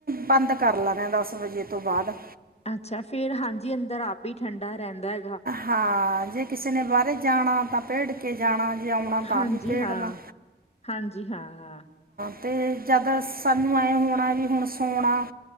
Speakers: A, on the right (about 55°); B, on the left (about 35°).
A: ਬੰਦ ਕਰ ਲੈ ਰਹੇ ਹਾਂ, ਦਸ ਵਜੇ ਤੋਂ ਬਾਅਦ।
B: ਅੱਛਾ, ਫੇਰ ਹਾਂਜੀ ਅੰਦਰ ਆਪ ਹੀ ਠੰਡਾ ਰਹਿੰਦਾ ਹੈਗਾ।
A: ਹਾਂ, ਜੇ ਕਿਸੇ ਨੇ ਬਾਹਰ ਜਾਣਾ ਤਾਂ ਭੇੜ ਕੇ ਜਾਣਾ, ਜੇ ਆਉਣਾ ਤਾਂ
B: ਹਾਂਜੀ
A: ਵੀ ਭੇੜਨਾ।
B: ਹਾਂ ਹਾਂਜੀ, ਹਾਂ।
A: ਅਤੇ ਜਦ ਸਾਨੂੰ ਐਵੇਂ ਹੋਣਾ, ਵੀ ਹੁਣ ਸੋਣਾ